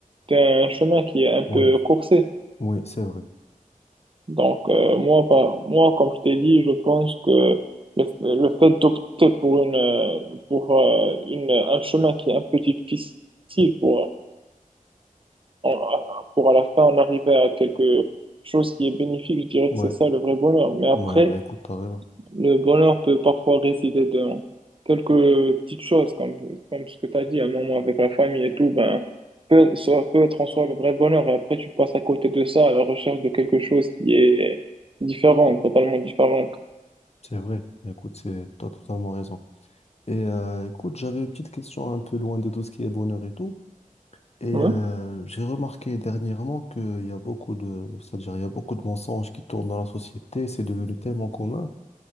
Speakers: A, on the right (about 40°); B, on the left (about 50°).
A: d'un chemin qui est un peu
B: ouais,
A: coursé.
B: oui, c'est vrai.
A: Donc, euh, moi, par- moi, comme je t'ai dit, je pense que le, f- le fait d'opter pour une, euh, pour, euh, une, un chemin qui est un peu difficile pour, en- pour à la fin en arriver à quelque chose qui est bénéfique, je dirais
B: Ouais,
A: que c'est ça le vrai bonheur. Mais après,
B: ouais, bah, écoute, t'as raison.
A: le bonheur peut parfois résider dans quelques petites choses, comme, comme ce que tu as dit, un moment avec la famille et tout, ben, peut, ça peut être en soi le vrai bonheur. Et après, tu passes à côté de ça, à la recherche de quelque chose qui est différent, totalement différent.
B: C'est vrai. Bah, Écoute, c'est, t'as totalement raison. Et euh, écoute, j'avais une petite question un peu loin de tout ce qui est bonheur et tout. Et euh,
A: Ouais.
B: j'ai remarqué dernièrement qu'il y a beaucoup de, c'est-à-dire, il y a beaucoup de mensonges qui tournent dans la société. C'est devenu tellement commun.